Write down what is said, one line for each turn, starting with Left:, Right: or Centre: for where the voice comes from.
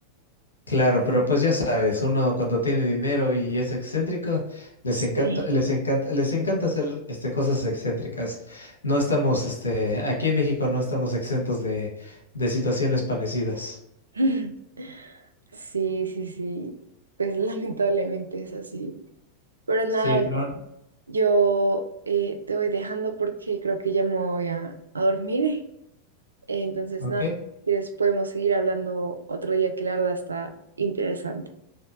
Left: Claro, pero pues ya sabes, uno cuando tiene dinero y es excéntrico, les
Right: Sí.
Left: encanta, les encanta, les encanta hacer este, cosas excéntricas. No estamos, este, aquí en México no estamos exentos de, de situaciones parecidas.
Right: <laughs> Sí, sí, sí. Pues lamentablemente es así. Pero nada,
Left: Sí, pero...
Right: yo eh, te voy dejando porque creo que ya me voy a, a dormir. Entonces,
Left: Ok.
Right: nada, si quieres podemos seguir hablando otro día que la verdad está interesante.